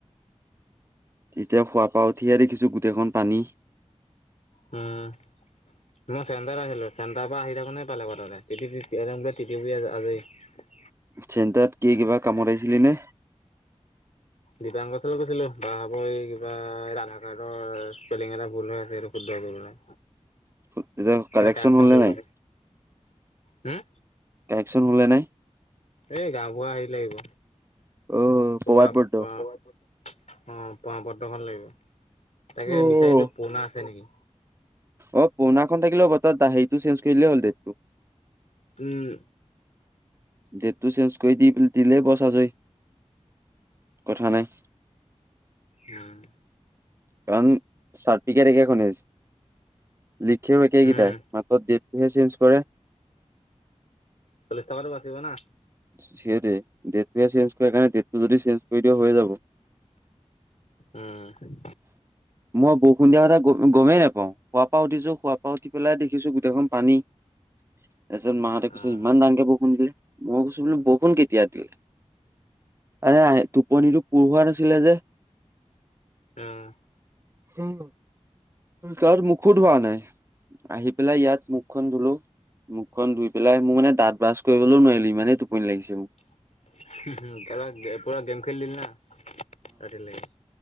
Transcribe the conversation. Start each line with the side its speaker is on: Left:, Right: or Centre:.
Right: তেতিয়া শুৱাপা উঠিয়ে দেখিছোঁ গোটেইখন পানী।
Left: হম, মই <unintelligible> চেণ্টাৰ পৰা আহি থাকোতে পালে বতৰে। <unintelligible>
Right: চেণ্টাত কি কিবা কামত আহিছিলি নে?
Left: দিপাংক ওচৰলৈ গৈছিলো। তাপা আকৌ এই কিবা আধাৰ কাৰ্ডৰ স্পেলিং এটা ভুলহৈ আছে, শুদ্ধ কৰিবলৈ।
Right: <unintelligible>
Left: মানে
Right: কাৰেকশ্যন
Left: কাৰেকচন
Right: হ'লেনৈ
Left: কৰিবলৈ
Right: নাই?
Left: হম?
Right: কাৰেকশ্যন হ'লনে নাই?
Left: এই গাঁওবুঢ়া হেইলাগিব,
Right: অ'
Left: তোমা
Right: প্ৰবাদ
Left: আ
Right: বৰ্ত
Left: <unintelligible> অ', প্রমাণপত্র খন লাগিৱ। তাকে
Right: অ'
Left: বিচাৰিছো পুৰণা আছে নেকি।
Right: অ', পুৰণাখন থাকিলেও বত ততা হেৰিটো চেঞ্জ কৰিলে হ'ল ডেটটো।
Left: উম,
Right: ডেটটো চেঞ্জ কৰি দি দিলেই বচ হৈ যায়, কথা নাই।
Left: উম।
Right: <unintelligible> ঠিকে, ঠিকে শুনি আছ, লিখেও একেকেইটাই
Left: উম।
Right: মাত্ৰ ডেটটো হে চেঞ্জ কৰে।
Left: চল্লিশ টকাটো বাচিব না
Right: সেইটোৱে ডেটটোহে চেঞ্জ কৰে কাৰণে ডেটটো যদি চেঞ্জ কৰি দিয়া হৈ যাব।
Left: উম।
Right: মই বৰষুণ দিয়া কথা গ-গমেই নাপাওঁ শুৱা পা উঠিছোঁ শুৱা পা উঠি পেলাই দেখিছোঁ গোটেইখন পানী। তাৰছত মাহঁতে কৈছে
Left: অ'।
Right: ইমান <unintelligible> মই কচ বষুণ কেতিয়া দিল, এৰে টোপনীটো পূৰ হোৱা নাছিলে যে।
Left: উম।
Right: হম। কাৰ মুখো ধোৱা নাই আহি পেলাই ইয়াত মুখখন ধুলো, মুখখন ধুই পেলাই মোৰ মানে দাঁত ব্ৰাছ কৰিবলৈও নোৱাৰিলি ইমানেই টোপনি লাগিছে মোক।
Left: <unintelligible> পুৰা গেম খেলিলি না। ৰাতিলেকে